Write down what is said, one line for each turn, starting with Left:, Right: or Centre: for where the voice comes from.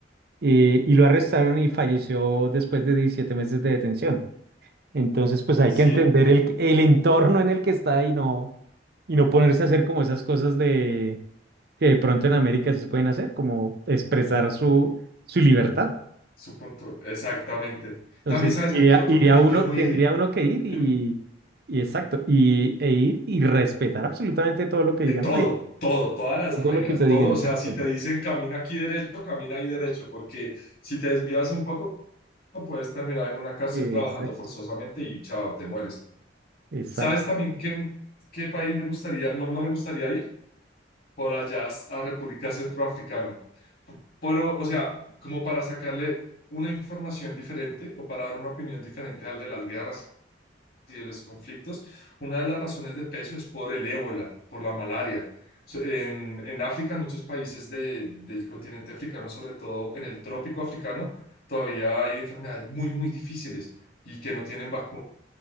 Right: Eh, y lo arrestaron y falleció después de 17 meses de detención. Entonces, pues hay
Left: sí,
Right: que entender
Left: t-
Right: el, el entorno en el que está y no, y no ponerse a hacer como esas cosas de que de pronto en América sí se pueden hacer, como expresar su, su libertad.
Left: su punto, exactamente.
Right: Entonces,
Left: También sabes
Right: iría,
Left: a qué otro
Right: iría
Left: país
Right: uno,
Left: yo no
Right: tendría
Left: iría.
Right: uno que ir y,
Left: Dime.
Right: y exacto, y, e ir y respetar absolutamente todo lo que
Left: Eh,
Right: diga
Left: todo,
Right: el rey,
Left: todo, todas las
Right: todo
Left: reglas,
Right: lo que te digan,
Left: todo.
Right: exacto.
Left: O sea, si te dicen camina aquí derecho, camina ahí derecho, porque si te desvías un poco, puedes terminar en una cárcel
Right: Exacto,
Left: trabajando forzosamente y chao, te mueres.
Right: exacto.
Left: ¿Sabes también qué, qué país me gustaría, no, no me gustaría ir? Por allá a República Centroafricana. Pero, o sea, como para sacarle una información diferente o para dar una opinión diferente al de las guerras y de los conflictos, una de las razones de peso es por el ébola, por la malaria. So- En, en África, en muchos países de- del continente africano, sobre todo en el trópico africano, todavía hay enfermedades muy, muy difíciles y que no tienen vacuna